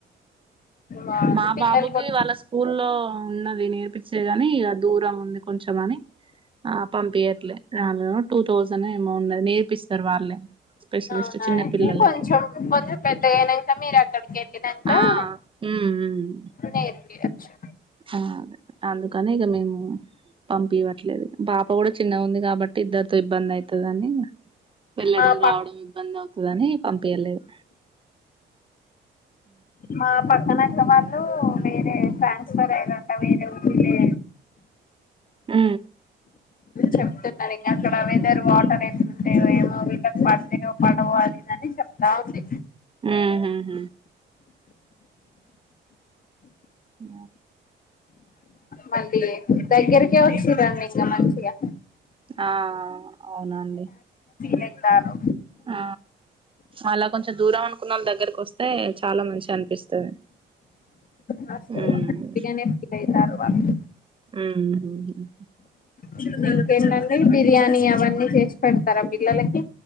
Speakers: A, on the left; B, on the right.
A: బాగుంది
B: మా
A: పిల్లలు
B: బాబుకి
A: కొ
B: వాళ్ళ స్కూల్లో ఉన్న వినయం పప్పించే గాని ఇక దూరం ఉంది కొంచం అని ఆ పంపియట్లే ర టూ థౌసండ్ ఏమో ఉన్నది నేర్పిస్తారు వాళ్ళే స్పెషలిస్ట్
A: అవునా
B: చిన్న
A: అయితే
B: పిల్లలకి
A: కొంచెం కొెంచం పెద్దగాయ్యిన్నాక మీరు అక్కడికి ఎళ్ళిన్నాక
B: ఆ మ్మ్ మ్మ్
A: నేర్పియొచ్చు
B: ఆ అందుకనే ఇగా మేమ్ పంపివ్వట్లేదు పాప కూడా చిన్న ఉంది కాబట్టి బట్ ఇద్దర్తో ఇబ్బంది అయితదని వెళ్ళడం
A: మా ప
B: రావడం ఇబ్బంది అవుతదని పం తిర్ లేదు
A: మా పక్కన అక్కవాళ్ళు వేరే ట్రాన్స్ఫర్ అయ్యేది ఉంటది
B: ఆ
A: చెప్తున్నాను ఇంకా అక్కడ వెదర్ వాటర్ ఎంటాయో ఏమో విదర్ పడతాయో పడవ అది ఇది అని చెప్తా ఉంది
B: ఆహా హ అ
A: మళ్ళీ దగ్గరికే వచ్చరండి ఇంకా మంచిగా
B: ఆ అవునండి
A: నేను త్యాను
B: ఆ అలా కొంచెం దూరం అనుకున్న వాళ దగ్గరకు వస్తే అదే చాలా మంచి అనిపిస్తుంది
A: మస్తు
B: ఉమ్..
A: హ్యాపీగానే ఫీల్ అయితారు వాళ్ళు
B: ఉమ్..
A: పిల్లలకి ఏండాన్డీ బిర్యానీ అవన్నీ చేసి పెడతారా పిల్లలకి